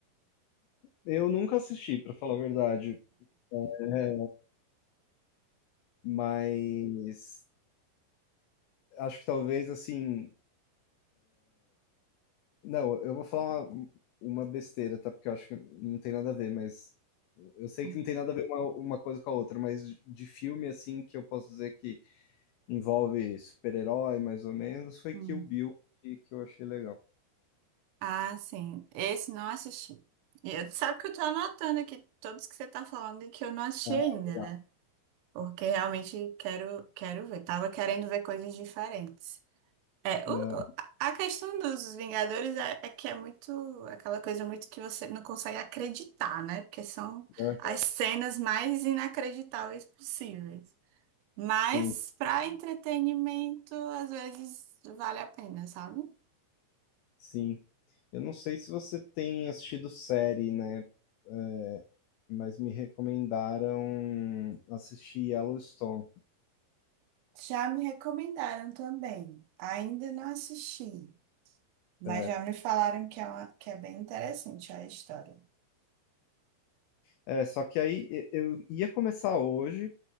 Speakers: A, on the left; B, on the right.
A: eu nunca assisti, pra falar a verdade, É, mas acho que talvez assim Não, eu vou falar uma, uma besteira, tá? Porque eu acho que não tem nada a ver, mas eu sei
B: Hum,
A: que não tem nada a ver uma, uma coisa com a outra, mas de de filme assim que eu posso dizer que envolve super-herói, mais ou menos, foi
B: hum.
A: Kill Bill que, que eu achei legal.
B: Ah, sim. Esse não assisti. E eu, sabe que eu tô anotando aqui todos que você tá falando e que eu não assisti
A: Ah,
B: ainda,
A: legal.
B: né? Porque realmente quero, quero ver. Tava querendo ver coisas diferentes. É,
A: Não,
B: o- o- a questão dos Vingadores é, é que é muito aquela coisa muito que você não consegue acreditar, né? Porque são
A: aham,
B: as cenas mais inacreditáveis possíveis. Mas
A: sim,
B: para entretenimento, às vezes vale a pena, sabe?
A: sim. Eu não sei se você tem assistido série, né? Ah, Mas me recomendaram assistir Yellowstone.
B: Já me recomendaram também. Ainda não assisti, mas
A: É,
B: já me falaram que é, uma- que é bem interessante a história.
A: é, só que aí e- eu ia começar hoje.